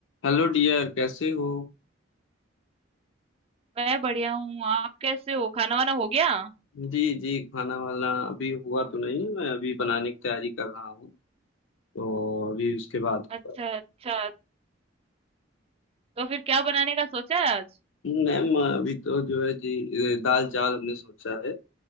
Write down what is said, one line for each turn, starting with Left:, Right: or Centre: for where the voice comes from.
Left: Hello dear कैसे हो
Right: मैं बढ़िया हूँ आप कैसे हो खाना वाना हो गया
Left: जी जी खाना वाला अभी हुआ तो नहीं है मैं अभी बनाने की तैयारी कर रहा हूँ तो अभी उसके बाद होगा
Right: अच्छा अच्छा तो फिर क्या बनाने का सोचा है आज
Left: मैम अभी तो जो है जी ए, दाल चावल हमने सोचा है